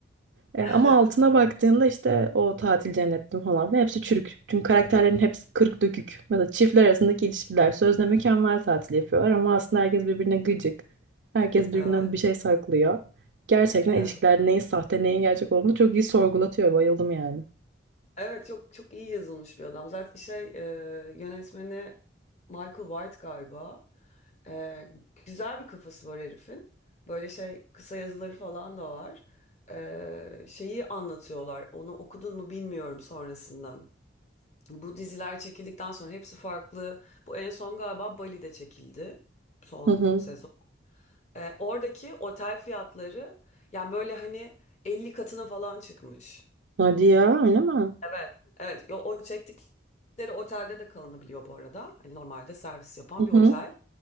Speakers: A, on the right; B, on the left.
A: E,
B: <laughs>
A: ama altına baktığında işte o tatil cennetli falan filan hepsi çürük. Çünkü karakterlerin hepsi kırık dökük. Ya da çiftler arasındaki ilişkiler sözde mükemmel tatil yapıyorlar ama aslında herkes birbirine gıcık. Herkes birbirinden
B: Evet,
A: bir şey saklıyor. Gerçekten ilişkiler
B: evet.
A: neyin sahte neyin gerçek olduğunu çok iyi sorgulatıyor. Bayıldım yani.
B: Evet çok çok iyi yazılmış bir adam. Zaten şey e, yönetmeni Michael White galiba. E, güzel bir kafası var herifin. Böyle şey kısa yazıları falan da var. E, şeyi anlatıyorlar. Onu okudun mu bilmiyorum sonrasında. Bu diziler çekildikten sonra hepsi farklı. Bu en son galiba Bali'de çekildi. Son
A: Hı hı.
B: sezon. E, oradaki otel fiyatları yani böyle hani 50 katına falan çıkmış.
A: Hadi ya öyle mi?
B: Evet, evet. Yo, o çektikleri otelde de kalınabiliyor bu arada. Hani normalde servis yapan
A: Hı hı.
B: bir otel.